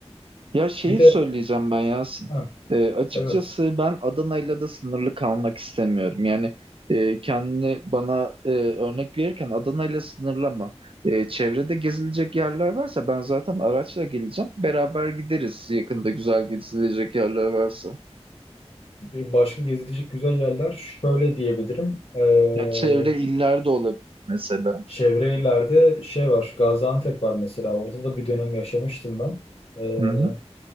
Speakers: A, on the right; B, on the left.
A: Ya şeyi
B: Bir de
A: söyleyeceğim ben Yasin.
B: Ha,
A: Ee, açıkçası
B: Evet.
A: ben Adana'yla da sınırlı kalmak istemiyorum. Yani e, kendini bana e, örnek verirken Adana'yla sınırlama. E, çevrede gezilecek yerler varsa ben zaten araçla geleceğim. Beraber gideriz yakında güzel gezilecek yerler varsa.
B: E, Başka gezilecek güzel yerler şöyle diyebilirim. Ee,
A: Yani çevre illerde olabilir mesela.
B: çevre illerde şey var. Gaziantep var mesela. Orada da bir dönem yaşamıştım ben. Ee,
A: Hı hı.